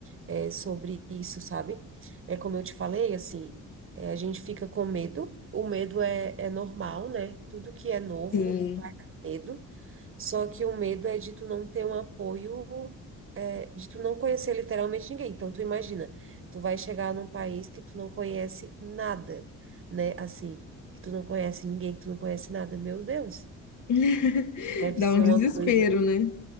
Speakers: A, on the right; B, on the left.
A: é, sobre isso, sabe? É como eu te falei, assim, é, a gente fica com medo, o medo é, é normal, né? Tudo que é novo
B: sim,
A: vai dar medo, só que o medo é de tu não ter um apoio, é, de tu não conhecer literalmente ninguém. Então, tu imagina, tu vai chegar num país que tu não conhece nada, né? Assim, que tu não conhece ninguém, que tu não conhece nada, meu Deus.
B: <laughs>
A: Deve
B: dá
A: ser
B: um desespero,
A: uma coisa,
B: né?